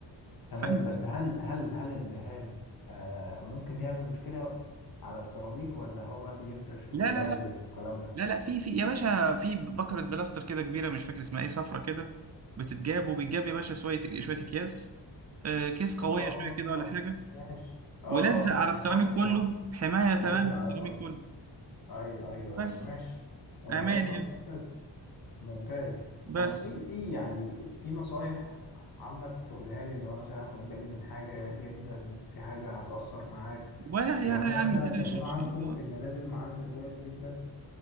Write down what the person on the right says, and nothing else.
فانت
لا لا لا
لا لا في في يا باشا في بكرة بلاستر كده كبيرة مش فاكر اسمها ايه صفرة كده بتتجاب وبيتجاب يا باشا شوية شوية اكياس آه كيس قوية
شوية كده ولا حاجة
ولزق على
السيراميك كله
حماية تمام
للسيراميك
كله
بس
امان
يعني
بس
ولا
يا لا
يا
عم تلاش
إن
شاء
الله.